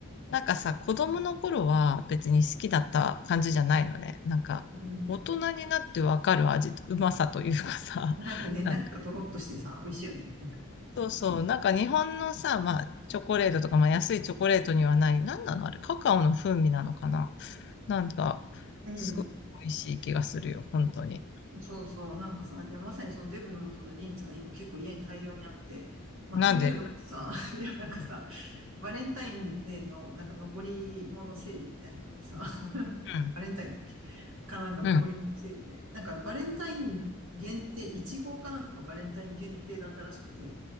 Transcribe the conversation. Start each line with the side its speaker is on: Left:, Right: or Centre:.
Left: う。なんかさ、子供の頃は別に好きだった感じじゃないのね。なんか、
Right: うん。
Left: 大人になってわかる味、うまさというかさ、
Right: なんかね、
Left: <laughs> なんか
Right: 中がとろっとしてさ、美味しいよね。なんかこうね。
Left: そうそう。なんか日本のさ、まあ、チョコレートとか、まあ、安いチョコレートにはない、なんなのあれ、カカオの風味なのかななんか、
Right: うん。
Left: すごい美味しい気がするよ、本当に。
Right: そうそう、なんかさ、いや、まさにそのデブの元のリンツが今結構家に大量にあって、まあ、
Left: なんで、
Right: というのもさ、<laughs> いや、
Left: う
Right: なんかさ、バレンタインデーのなんか残り物セールみたいなのでさ、<laughs>
Left: ん、
Right: バレンタインだっけかなんかの残り物セールで、
Left: うん、うん。
Right: なんかバレンタイン限定、イチゴかなんかがバレンタイン限定だったらしくて、